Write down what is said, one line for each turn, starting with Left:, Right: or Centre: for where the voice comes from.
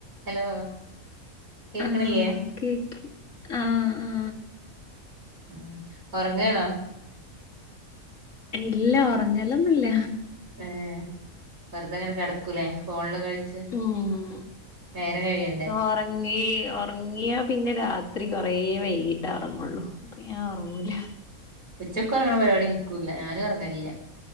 Right: Hello കേക്കണില്ലേ
Left: ആ കേക്കി ആ ആ
Right: ഉം ഒറങ്ങയാണോ
Left: ഇല്ല ഉറങ്ങലൊന്നുമില്ല
Right: ഏ വെറുതെ ഇങ്ങനെ കിടക്കൂലേ ഫോണിലും കളിച്ച്
Left: ഉം
Right: നേരം കഴിയണ്ടേ
Left: ഒറങ്ങി ഒറങ്ങിയാ പിന്നെ രാത്രി കൊറേ വൈകിട്ടേ ഒറങ്ങുള്ളൂ അപ്പ ഞാൻ ഉറങ്ങൂല
Right: ഉച്ചകൊറങ്ങണ പരിപാടി എനക്കൂല്ല ഞാനുഉറങ്ങൂല്ല